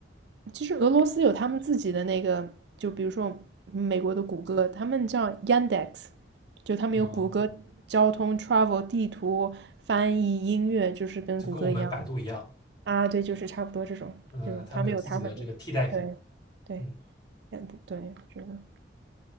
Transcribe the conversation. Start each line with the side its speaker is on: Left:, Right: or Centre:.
Right: 其实俄罗斯有他们自己的那个，就比如说美国的谷歌，他们叫 Yandex，就他们有谷歌交通、
Left: 嗯，
Right: travel 地图、翻译、音乐，就是跟谷歌一样的
Left: 就跟我们百度一样，
Right: 啊，对，就是差不多这种这种，
Left: 嗯、他们有自己的这个替代品。
Right: 他们有他们的，对。对，
Left: 嗯。
Right: 也不对，我觉得，